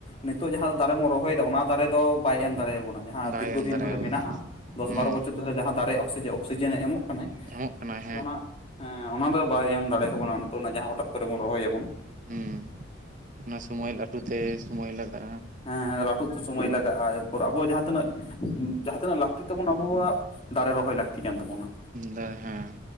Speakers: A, on the left; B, on the right.
A: ᱱᱤᱛᱚᱜ ᱡᱟᱦᱟᱸ ᱫᱟᱨᱮ ᱵᱚᱱ ᱨᱚᱦᱚᱭᱮᱫᱟ ᱚᱱᱟ ᱫᱟᱨᱮ ᱫᱚ ᱵᱟᱭ ᱮᱢ ᱫᱟᱲᱮᱭᱟᱵᱚᱱᱟᱭ। ᱡᱟᱦᱟᱸ
B: ᱵᱟᱭ
A: ᱫᱤᱨᱜᱷᱚ
B: ᱮᱢ
A: ᱫᱤᱱ
B: ᱫᱟᱲᱮᱭᱟᱵᱚᱱᱟ
A: ᱫᱷᱚᱨᱮ ᱢᱮᱱᱟᱜᱼᱟ ᱫᱚᱥ
B: ᱦᱮᱸ
A: ᱵᱟᱨᱚ ᱵᱚᱪᱷᱚᱨ ᱫᱷᱚᱨᱮ ᱡᱟᱦᱟᱸ ᱫᱟᱨᱮ ᱚᱠᱥᱤᱡᱮ ᱚᱠᱥᱤᱡᱮᱱ ᱮᱢᱚᱜ ᱠᱟᱱᱟᱭ
B: ᱮᱢᱚᱜ ᱠᱟᱱᱟᱭ ᱦᱮᱸ
A: ᱥᱮ ᱚᱱᱟ ᱮᱸ ᱚᱱᱟ ᱫᱚ ᱵᱟᱭ ᱮᱢ ᱫᱟᱲᱮᱭᱟᱵᱚᱱᱟ ᱱᱤᱛᱚᱜ ᱡᱟᱦᱟᱸ ᱦᱚᱴᱟᱛ ᱠᱚᱨᱮ ᱵᱚᱱ ᱨᱚᱦᱚᱭᱟᱵᱚᱱ।
B: ᱦᱩᱸ ᱚᱱᱟ ᱥᱚᱢᱚᱭ ᱞᱟᱹᱴᱩ ᱛᱮ ᱥᱚᱢᱚᱭ ᱞᱟᱜᱟᱜᱼᱟ।
A: ᱦᱮᱸ ᱞᱟᱹᱴᱩᱛᱮ ᱥᱚᱢᱚᱭ ᱞᱟᱜᱟᱜᱼᱟ ᱮᱨᱯᱚᱨ ᱟᱵᱚ ᱡᱟᱦᱟᱸ ᱛᱤᱱᱟᱹᱜ ᱡᱟᱦᱟᱸ ᱛᱤᱱᱟᱹᱜ ᱞᱟᱹᱠᱛᱤ ᱛᱟᱵᱚᱱ ᱟᱵᱚᱣᱟᱜ ᱫᱟᱨᱮ ᱨᱚᱦᱚᱭ ᱞᱟᱹᱠᱛᱤ ᱠᱟᱱ ᱛᱟᱵᱚᱱᱟ।
B: ᱫᱚ ᱦᱮᱸ।